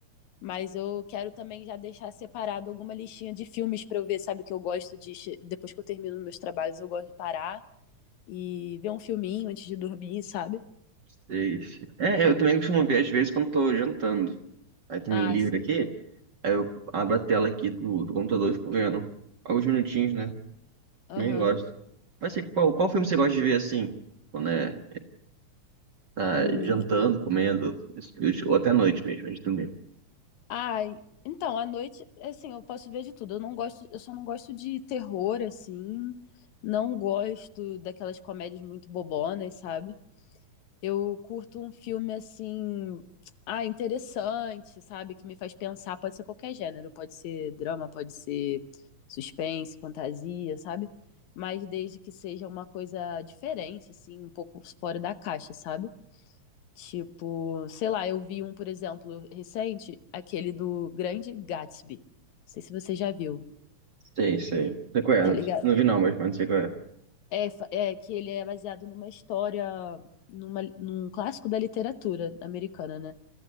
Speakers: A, on the left; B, on the right.
A: Mas eu quero também já deixar separado alguma listinha de filmes para eu ver, sabe? Que eu gosto de. che- Depois que eu termino meus trabalhos, eu gosto de parar e ver um filminho antes de dormir, sabe?
B: Sei, sei. É, eu também costumo ver às vezes quando tô jantando. Aí também
A: Ah,
B: livre
A: sim.
B: aqui, aí eu abro a tela aqui do, do computador e fico vendo alguns minutinhos, né?
A: Aham.
B: Nem gosto. Mas assim, qual, qual filme você gosta de ver assim? Quando é, tá
A: Hum.
B: jantando, comendo, ou até à noite mesmo, antes de dormir.
A: Ai. Então, à noite, assim, eu posso ver de tudo. Eu não gosto, eu só não gosto de terror, assim. Não gosto daquelas comédias muito bobonas, sabe? Eu curto um filme assim, ah, interessante, sabe? Que me faz pensar. Pode ser qualquer gênero, pode ser drama, pode ser suspense, fantasia, sabe? Mas desde que seja uma coisa diferente, assim, um pouco fora da caixa, sabe? Tipo, sei lá, eu vi um, por exemplo, recente, aquele do Grande Gatsby. Não sei se você já viu,
B: Sei, sei. Não sei qual é,
A: tá ligado?
B: não vi não, mas mas não sei qual é.
A: É, fa- é que ele é baseado numa história, numa, num clássico da literatura americana, né?